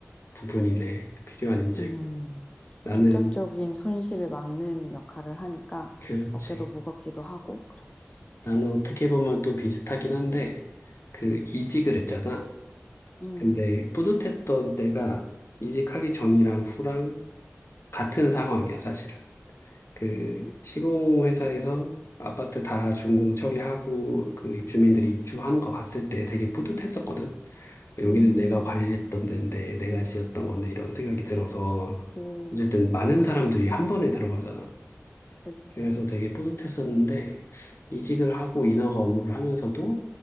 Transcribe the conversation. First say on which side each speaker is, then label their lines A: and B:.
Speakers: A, on the left (about 60°); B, on the left (about 25°).
A: 부분이네. 필요한 인재.
B: 음,
A: 나는,
B: 직접적인 손실을 막는 역할을 하니까
A: 그렇지.
B: 어깨도 무겁기도 하고 그렇지.
A: 나는 어떻게 보면 또 비슷하긴 한데, 그 이직을 했잖아.
B: 음,
A: 근데 뿌듯했던 때가 이직하기 전이랑 후랑 같은 상황이야, 사실은. 그
B: 음,
A: 시공 회사에서 아파트 다 준공 처리하고 그 입주민들이 입주하는 거 봤을 때 되게 뿌듯했었거든. 여기는
B: 음,
A: 내가 관리했던 데인데 내가 지었던 건데 이런 생각이 들어서
B: 그치,
A: 어쨌든 많은 사람들이 한 번에 들어가잖아.
B: 그치.
A: 그래서 되게 뿌듯했었는데 이직을 하고 인허가 업무를 하면서도